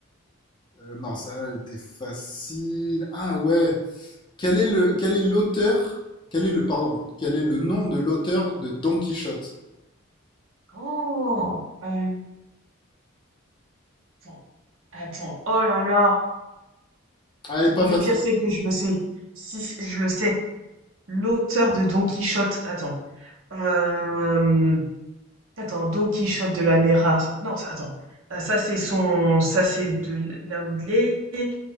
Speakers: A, on the left; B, on the right.
A: Euh, non, ça elle était facile. Ah ouais. Quel est le, quel est l'auteur? Quel est le, pardon, quel est le nom de l'auteur de Don Quichotte?
B: Oh, euh, attends, attends, oh là là,
A: Ah, elle est pas
B: le
A: facile.
B: pire c'est que je le sais, si c- je le sais, l'auteur de Don Quichotte, attends, euh, attends, Don Quichotte de la Néra, ça- non, ça- attends, Euh, ça c'est son, ça c'est de l- là où il est,